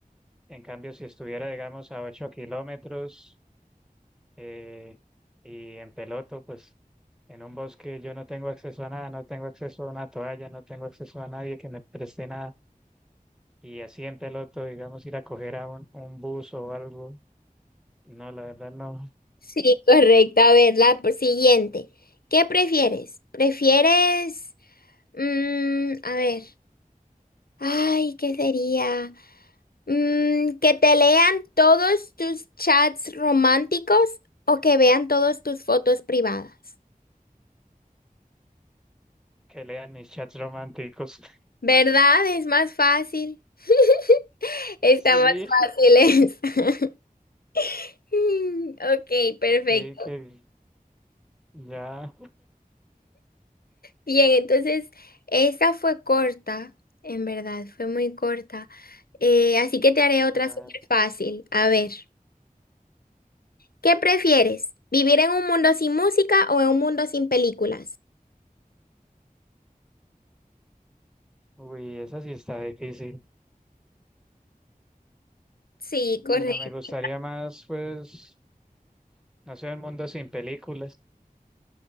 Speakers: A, in the centre; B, on the left (about 85°).
A: En cambio, si estuviera, digamos, a 8 kilómetros eh, y en peloto, pues en un bosque yo no tengo acceso a nada, no tengo acceso a una toalla, no tengo acceso a nadie que me preste nada. Y así en peloto, digamos, ir a coger a un, un bus o algo. No, la verdad no.
B: Sí, correcto. A ver, la por- siguiente. ¿Qué prefieres? ¿Prefieres, mm, a ver, ay, ¿qué sería? Mm, ¿que te lean todos tus chats románticos o que vean todas tus fotos privadas?
A: Que lean mis chats románticos. <laughs>
B: ¿Verdad? Es más fácil. <laughs> Está
A: Sí,
B: más fácil. es. <laughs> <laughs> Mm, Ok, perfecto.
A: sí, que ya.
B: Bien, entonces esa fue corta, en verdad, fue muy corta. Eh, así que te haré otra
A: ah,
B: súper fácil. A ver, ¿qué prefieres? ¿Vivir en un mundo sin música o en un mundo sin películas?
A: Uy, esa sí está difícil,
B: Sí, correcto.
A: pero me gustaría más, pues, no sé, un mundo sin películas.